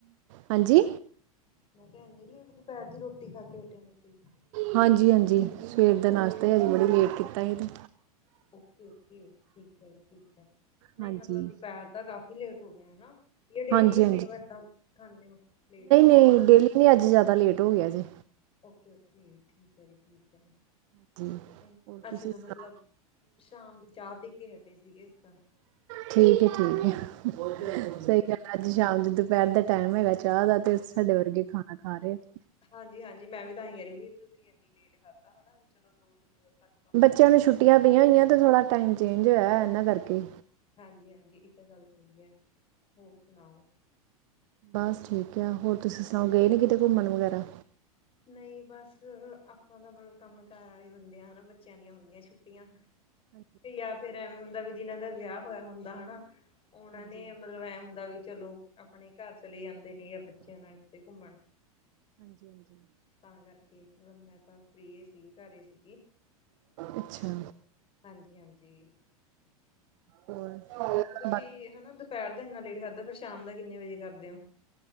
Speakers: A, on the right (about 55°); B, on the left (about 30°).
A: ਹਾਂਜੀ
B: ਮੈਂ ਕਿਹਾ ਇਨੀ ਲੇਟ ਦੁਪਹਿਰ ਦੀ ਰੋਟੀ ਖਾ ਕੇ ਹਟੇ ਔ ਤੁਸੀ
A: ਹਾਂਜੀ ਹਾਂਜੀ ਸਵੇਰ ਦਾ ਨਾਸ਼ਤਾ ਅਜ ਬੜੀ ਲੇਟ ਕੀਤਾ ਸੀ ਅਤੇ
B: ਓਕੇ ਓਕੇ ਠੀਕ ਹੈ ਜੀ ਠੀਕ ਹੈ, ਨਹੀਂ
A: ਹਾਂਜੀ
B: ਮਤਲਬ ਦੁਪਹਿਰ ਕਾਫੀ ਲੇਟ ਹੋ ਗਿਆ ਹੈਨਾ, ਯਾ ਡੇਲੀ
A: ਹਾਂਜੀ
B: ਮਤਲਬ ਏਦਾਂ ਖਾਂਨੇ ਔ ਲੇਟ
A: ਬ <inaudible> ਨਹੀਂ ਅੱਜ ਜ਼ਿਆਦਾ ਲੇਟ ਹੋ ਗਆ ਜੀ
B: ਓਕੇ ਓਕੇ ਠੀਕ ਹੈ ਜੀ ਠੀਕ ਹੈ
A: ਹਾਂਜੀ
B: ਨਹੀਂ
A: ਹੋਰ
B: ਅਸੀਂ
A: ਤੁਸੀਂ
B: ਤਾਂ
A: ਸੁਣਾਓ
B: ਮਤਲਬ ਸ਼ਾਮ ਦੀ ਚਾਹ ਪੀ ਕੇ ਹਟੇ ਸੀਗੇ ਇਸ ਦਾ
A: ਠੀਕ ਹੈ ਠੀਕ ਹੈ
B: ਹਾਂਜੀ ਹਾਂਜੀ
A: ਸਹੀ ਗਲ ਹੈ ਅੱਜ ਸ਼ਾਮ ਦੇ ਦੁਪਹਿਰ ਦਾ ਟਾਈਮ ਹੈਗਾ ਚਾਹ ਦਾ, ਤੇ ਸਾਡੇ ਵਰਗੇ ਖਾਣਾ ਖਾ ਰਹੇ
B: ਹਾਂਜੀ ਹਾਂਜੀ ਮੈਂ ਵੀ ਤਾਂ ਹੀ ਕਹ ਰਈ ਵੀ ਤੁਸੀਂ ਏਨੀ ਲੇਟ ਖਾਦਾ ਹੋਣਾ, ਚਲੋ ਦੋ ਤਿੰਨ ਵਜੇ ਤੱਕ
A: ਬੱਚਿਆਂ ਨੂੰ ਛੁੱਟੀਆਂ ਪਈਆਂ ਹੋਈਆਂ ਤੇ ਥੋੜਾ ਟਾਈਮ ਚੇਂਜ ਹੋਇਆ, ਇਹਨਾਂ ਕਰਕੇ
B: ਹਾਂਜੀ ਹਾਂਜੀ ਏਹ ਤਾਂ ਗੱਲ ਸਹੀ ਹੈ, ਹੋਰ ਸੁਣਾਓ
A: ਬਸ ਠੀਕ ਐ, ਹੋਰ ਤੁਸੀਂ ਸੁਣਾਓ ਗਏ ਨੇ ਕਿਤੇ ਘੁੰਮਣ ਵਗੈਰਾ
B: ਨਹੀਂ ਬਸ ਆਪਾਂ ਤਾਂ ਮਤਲਬ ਕੰਮ ਕਾਰ ਵਾਲੇ ਬੰਦੇ ਆ, ਹਨਾ ਬੱਚਿਆਂ ਦੀਆਂ ਹੁੰਦੀਆਂ ਛੁੱਟੀਆਂ
A: ਹਾਂਜੀ
B: ਜਾਂ ਫਿਰ ਐਵੇਂ ਹੁੰਦਾ, ਵੀ ਜਿਹਨਾਂ ਦਾ ਵਿਆਹ ਹੋਇਆ ਹੁੰਦਾ ਹਨਾ ਉਹਨਾਂ
A: ਹਾਂਜੀ
B: ਨੇ ਮਤਲਬ ਐ ਹੁੰਦਾ ਵੀ ਚਲੋ ਆਪਣੇ ਘਰ ਚਲੇ ਜਾਂਦੇ ਨੇ, ਜਾਂ ਬੱਚਿਆਂ ਨਾਲ ਕਿਥੇ ਘੁੰਮਣ
A: ਹਾਂਜੀ ਹਾਂਜੀ
B: ਤਾਂ ਕਰਕੇ ਮਤਲਬ ਮੈਂ ਤਾਂ ਫ੍ਰੀ ਏ ਸੀ, ਘਰੇ ਹੀ ਸੀਗੀ
A: ਅੱਛਾ
B: ਹਾਂਜੀ ਹਾਂਜੀ।
A: ਹੋਰ, ਕੀ ਹਾਲ ਐ
B: ਕੀ ਹੈਨਾ ਦੁਪਹਿਰ ਦਾ ਏਨਾ ਲੇਟ ਕਰਦਿਓ, ਫੇਰ ਸ਼ਾਮ ਦਾ ਕਿੰਨੇ ਵਜੇ ਕਰਦੇਓ?